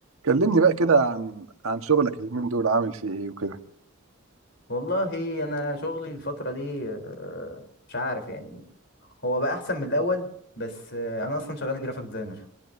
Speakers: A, on the right (about 75°); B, on the left (about 55°).
A: كلمني بقى كده عن عن شغلك اليومين دول عامل فيه ايه وكده
B: والله انا شغلي الفتره دي آه، مش عارف يعني هو بقى احسن من الاول بس آه، انا اصلا شغال جرافيك ديزاينر